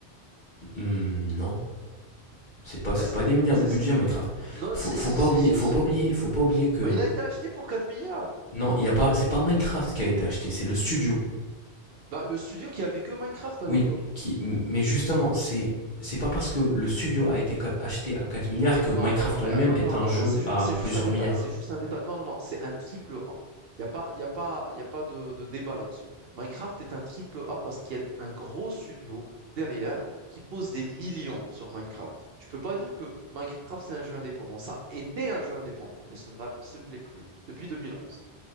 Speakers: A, on the left; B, on the right.
A: hmm, non. C'est pas, c'est
B: Bah si,
A: pas des milliards
B: si,
A: de budget
B: si.
A: Minecraft.
B: Non,
A: Faut,
B: si,
A: faut
B: si,
A: pas
B: si,
A: oublier,
B: si,
A: faut
B: si,
A: pas oublier,
B: si.
A: faut pas oublier que
B: Bah il a été acheté pour 4 milliards.
A: non, il y a pas, c'est pas Minecraft qui a été acheté, c'est le studio.
B: Bah le studio qui avait que Minecraft à
A: Oui,
B: l'époque.
A: qui, mais justement, c'est, c'est pas parce que le studio a été acheté à 4 milliards
B: Mais
A: que
B: non,
A: Minecraft
B: non, non, mais
A: en lui-même
B: ah, non,
A: est
B: non, non,
A: un
B: non,
A: jeu
B: non, c'est juste,
A: à
B: c'est juste
A: plusieurs
B: un détail,
A: milliards.
B: c'est juste un détail. Non, non, non, c'est un triple A. Y a pas, y a pas, y a pas de, de débat là-dessus. Minecraft est un triple A parce qu'il y a un gros studio derrière qui pose des millions sur Minecraft. Tu peux pas dire que Minecraft c'est un jeu indépendant. Ça était un jeu indépendant, mais ce, n'a- ce ne l'est plus depuis 2011.